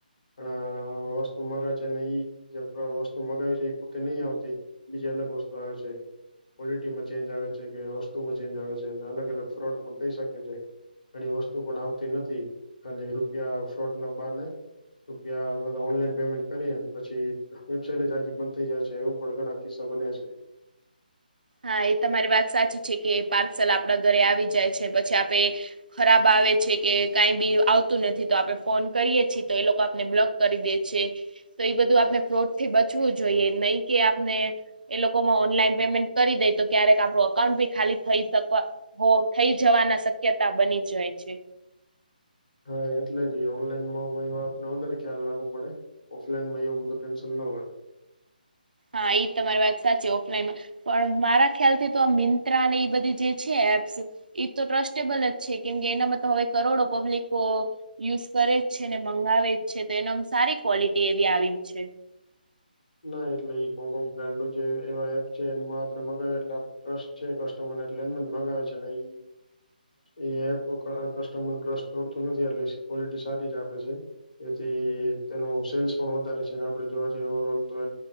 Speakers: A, on the left; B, on the right.
A: પણ વસ્તુ મગાવે છે અનેને ઈ જે વસ્તુ મગાવી છે એ પોતે નઈ આવતી. બીજી અલગ વસ્તુ આવે છે. ક્વોલિટીમાં ચેન્જ આવે છે કે, વસ્તુમાં ચેન્જ આવે છે, અને અલગ અલગ ફ્રોડ પણ થઈ શકે છે. ઘણી વસ્તુ પણ આવતી નથી. ખાલી રૂપિયા ફ્રોડ ના બાને રૂપિયા બધા ઓનલાઈન પેમેન્ટ કરીએ. પછી વેબસાઇટ જ આખી બંધ થઈ જાય છે, એવું પણ ઘણા કિસ્સા બન્યા છે.
B: હા એ તમારી વાત સાચી છે કે પાર્સલ આપણા ઘરે આવી જાય છે પછી આપે ખરાબ આવે છે કે કાંઈ બી આવતું નથી તો આપડે ફોન કરીએ છીએ તો એ લોકો આપને બ્લોક કરી દે છે. તો એ બધું આપણે ફ્રોડ થી બચવું જોઈએ. નહીં કે આપને એ લોકોમાં ઓનલાઈન પેમેન્ટ કરી દઈ તો ક્યારેક આપડું અકાઉન્ટ ભી ખાલી થઈ શક હો થઈ જવાના શક્યતા બની જાય છે.
A: હા એટલે જ ઓનલાઈનમાં આપણે એ વાત નો વધારે ખ્યાલ રાખવો પડે. ઓફલાઈન માં એવું બધું ટેન્શન ના હોય.
B: હા એ તમારી વાત સાચી ઓફલાઈનમાં પણ મારા ખ્યાલથી તો આ મિંત્રા અને એ બધી જે છે એપ્સ એ તો ટ્રસ્ટેબલ જ છે. કેમ કે, એનામાં તો હવે કરોડો પબ્લિકકો યુઝ કરે જ છે, ને મંગાવે જ છે. તો એનો આમ સારી ક્વોલિટી એવી આવી છે.
A: ના એટલે એ હોંગકોંગ બ્રાન્ડ નો જે એવા એપ છે એમાં આપણે મંગાવ્યું એટલે આપ ટ્રસ્ટ છે કસ્ટમર ને એટલે એમ જ મગાવે છે ને એ એ એપ કસ્ટમર ડ્રસ તોડતું નથી એટલે ક્વોલિટી સારી જ આપે છે. એથી તેનું સેલ્સ પણ વધારે છે અને આપડે જોવા જઈએ ઓવરઓલ તો એ